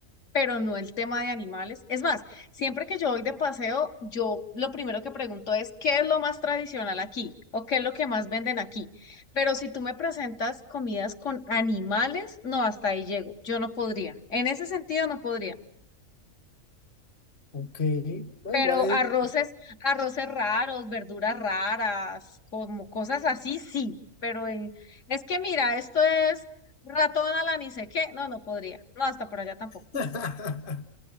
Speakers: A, on the left; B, on the left.
A: pero no el tema de animales. Es más, siempre que yo voy de paseo, yo lo primero que pregunto es, ¿qué es lo más tradicional aquí? ¿O qué es lo que más venden aquí? Pero si tú me presentas comidas con animales, no, hasta ahí llego. Yo no podría. En ese sentido, no podría.
B: Ok, no,
A: Pero
B: igual es...
A: arroces, arroces raros, verduras raras, como cosas así, sí. Pero eh, es que mira, esto es ratón a la ni sé qué. No, no podría. No, hasta por allá tampoco.
B: <laughs>